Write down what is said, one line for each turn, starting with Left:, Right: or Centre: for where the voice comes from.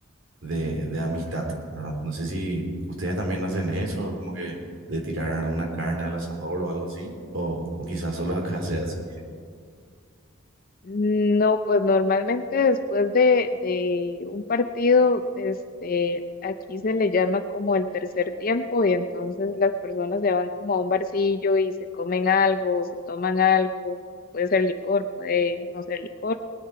Right: de, de amistad, ¿verdad? No sé si ustedes también hacen eso, como que de tirar alguna carne al asador o algo así, o, o quizás solo acá sea así. <laughs>
Left: No, pues normalmente después de, de un partido, este, aquí se le llama como el tercer tiempo y entonces las personas se van como a un barcillo y se comen algo, se toman algo, puede ser licor, puede no ser licor.